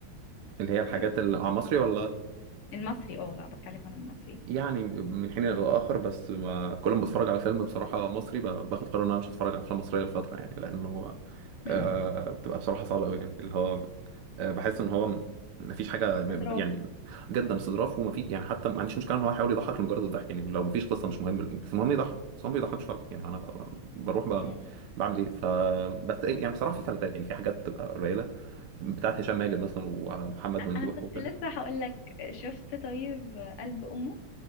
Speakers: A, on the right; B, on the left.
A: اللي هي الحاجات
B: آه،
A: اللي على مصري ولا
B: المصري اه لا بتكلم عن المصري
A: يعني من حين لآخر بس ما كل ما بتفرج على فيلم بصراحة مصري ب- باخد قرار ان انا مش هتفرج على افلام مصرية لفترة يعني لانه
B: <laughs>
A: آه بتبقى بصراحة صعبة قوي يعني اللي هو آه بحس ان هو ما فيش حاجة
B: استظراف
A: م- يعني جدا استظراف وما في يعني حتى ما عنديش مشكلة ان هو يحاول يضحك لمجرد الضحك يعني لو ما فيش قصة مش مهم بس المهم يضحك بس هو ما بيضحكش فعلا يعني انا ب- ب- بروح ب-
B: امم
A: بعمل ايه ف بس إيه، يعني بصراحة في فلاتات يعني في حاجات بتبقى قليلة بتاعت هشام ماجد مثلا ومحمد ممدوح
B: انا كنت
A: وكده
B: لسه هقول لك شفت طيب قلب امه